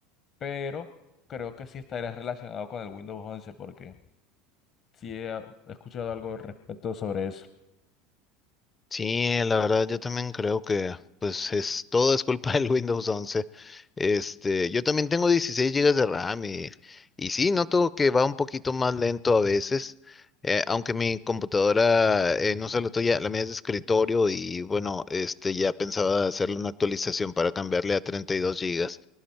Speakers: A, on the left; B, on the left.
A: pero creo que sí estaría relacionado con el Windows Once porque sí he he escuchado algo al respecto sobre eso.
B: Sí, la verdad yo también creo que pues es todo es culpa <laughs> del Windows once Este, yo también tengo 16 gigas de RAM y, y sí, noto que va un poquito más lento a veces, eh, aunque mi computadora, eh, no sé, la tuya, la mía es de escritorio y bueno, este ya pensaba hacerle una actualización para cambiarle a 32 gigas